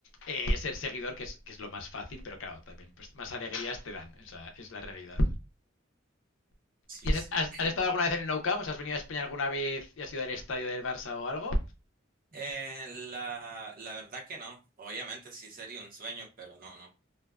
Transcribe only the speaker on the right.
sí,
sí.
<clears throat>
Eh, la, la verdad que no. Obviamente sí sería un sueño, pero no, no.